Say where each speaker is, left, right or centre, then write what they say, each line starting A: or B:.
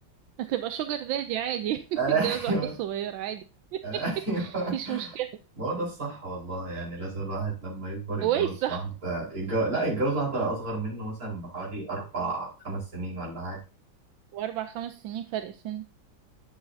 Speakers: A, on the right (about 75°); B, on the right (about 45°).
A: هتبقى شوجر دادي عادي <laughs>
B: ايوه
A: تتجوز واحدة صغيرة عادي <laughs>
B: ايوه
A: مفيش مشكلة
B: ما هو ده الصح والله يعني لازم الواحد لما يكبر يتجوز
A: كويس صح
B: واحدة يتجوز لا يتجوز واحدة أصغر منه مثلا بحوالي أربع خمس سنين ولا حاجة
A: واربع خمس سنين فرق سن